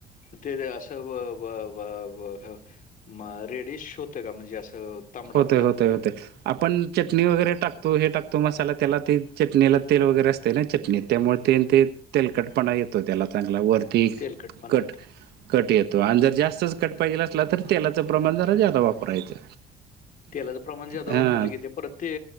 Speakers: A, on the left; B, on the right.
A: ते असं व व व व म रेडिश होत का म्हणजे असं तांबडा
B: होतय
A: भडक
B: होतय
A: होतो
B: होतय.
A: का
B: आपण चटणी वगैरे टाकतो,, हे टाकतो,, मसाला, त्याला ते चटणीला तेल वगैरे अस. ना चटणीत, त्यामुळे ते, ते तेलकटपणा येतो त्याला,, चांगला वरती
A: तेलकटपणा
B: कट.
A: येतो
B: कट येतो,, आणि जर जास्तच कट पाहिजेल असला तर तेलाचं प्रमाण जरा जादा वापरायचं.
A: तेलाचं प्रमाण् जादा
B: हा
A: वापरलकी ते परत ते